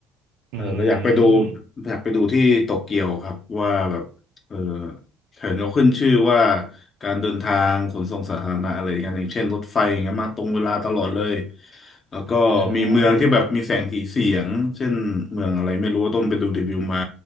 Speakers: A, on the left; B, on the right.
A: เออเราอยากไปดู
B: อืม
A: อยากไปดูที่โตเกียวครับว่าแบบเออเห็นเขาขึ้นชื่อว่าการเดินทางขนส่งสาธารณะอะไรอย่างเงี้ยอย่างเช่นรถไฟอย่างเงี้ยมาตรงเวลาตลอดเลยแล้วก็มีเมืองที่แบบมีแสงสีเสียงเช่นเมืองอะไรไม่รู้ว่าต้นไปดูรีวิวมา
B: อ่า